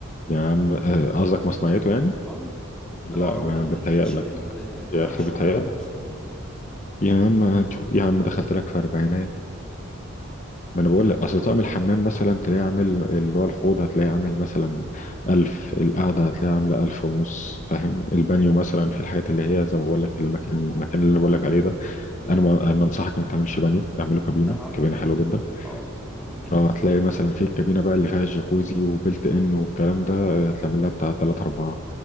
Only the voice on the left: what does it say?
يا عم آه، قصدك مصنعيته يعني
لا
ما
بتهيألك
يا اخي بتهيألك
يا عم هنشوف. يا عم دخلت لك في اربعينات ما انا بقول لك اصل طقم الحمام مثلا تلاقيه عامل اللي هو الحوض هتلاقيه عامل مثلا ألف القعدة هتلاقيها عاملة ألف ونص فاهم البانيو مثلا في الحاجات اللي هي زي ما بقول لك المكان المكان اللي انا بقول لك عليه ده
انا ما انا انصحك ما تعملش بانيو اعمله كابينة
كابينة
حلوة
جدا
اه
هتلاقي مثلا في الكابينة بقى اللي فيها الجاكوزي وبلت ان والكلام ده آه، هتعمل لها بتاع 3 4